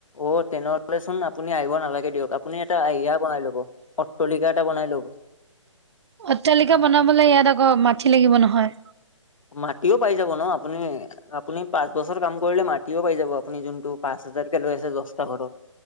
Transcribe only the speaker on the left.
অ', তেনেহ'লে চোন আপুনি আহিব নালাগে দিয়ক। আপুনি এটা এইয়া বনাই ল'ব। অট্ৰালিকা এটা বনাই লওঁক।
মাটিও পাই যাব ন। আপুনি আপুনি পাঁচ বছৰ কাম কৰিলে মাটিও পাই যাব। আপুনি যোনটো পাঁচ হাজাৰকে লৈ আছে, দহটা ঘৰত।